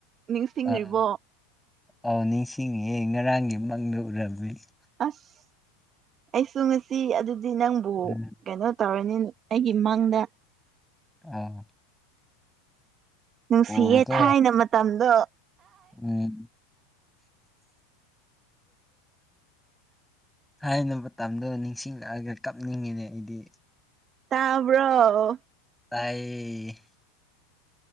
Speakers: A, on the right; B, in the centre.
A: ꯅꯤꯡꯔꯤꯏꯕꯣ?
B: ꯑꯥ ꯑꯧ ꯅꯤꯡꯁꯤꯡꯉꯤꯑꯦ ꯉꯔꯥꯡꯒꯤ ꯃꯪꯗ ꯎꯔꯃꯤ꯫
A: ꯑꯁ ꯑꯩꯁꯨ ꯉꯁꯤ ꯑꯗꯨꯗꯤ ꯅꯪꯕꯨ
B: ꯎꯝ
A: ꯀꯩꯅꯣ ꯇꯧꯔꯅꯤ ꯅꯦ ꯑꯩꯒꯤ ꯃꯪꯗ
B: ꯑꯥ꯫
A: ꯅꯨꯡꯁꯤꯌꯦ
B: ꯎꯔꯀꯣ
A: ꯊꯥꯏꯅ ꯃꯇꯝꯗꯣ
B: ꯎꯝ ꯊꯥꯏꯅ ꯃꯇꯝꯗꯣ ꯅꯤꯡꯁꯤꯡꯂꯛꯑꯒ ꯀꯞꯅꯤꯡꯉꯤꯅꯦ ꯑꯩꯗꯤ
A: ꯇꯥꯕ꯭ꯔꯣ?
B: ꯇꯥꯏꯌꯦ꯫